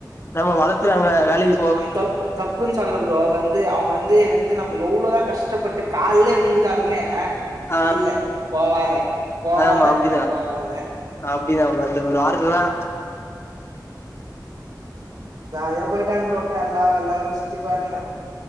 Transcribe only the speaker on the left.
நம்ம வளத்துறாங்க வேலையி
ஆ
ஆமா அப்டிதா
அப்டிதா ப்ரோ அந்த ஒரு வார்த்ததா